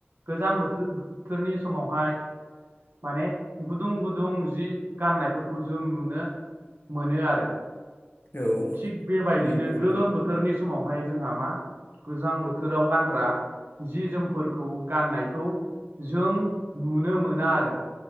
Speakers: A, on the right (about 65°); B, on the left (about 60°).
A: गोजां बोथोर-बोथोरनि समावहाय माने गुदुं-गुदुं जि गाननायफोरखौ जों नुनो मोनो आरो।
B: औ।
A: थिग बेबायदिनो
B: नंगौ नोंथां
A: गोलोम बोथोरनि समावहाय जोंहा मा गोजां बोथोराव गानग्रा जि जोमफोरखौ गाननायखौ जों नुनो मोना आरो।